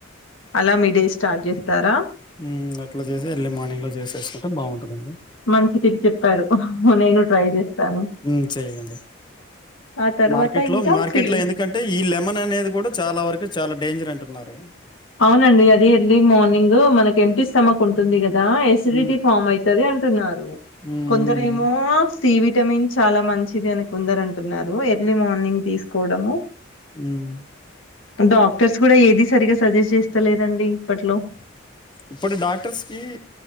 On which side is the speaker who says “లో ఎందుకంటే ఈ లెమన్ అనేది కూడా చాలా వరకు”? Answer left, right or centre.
Left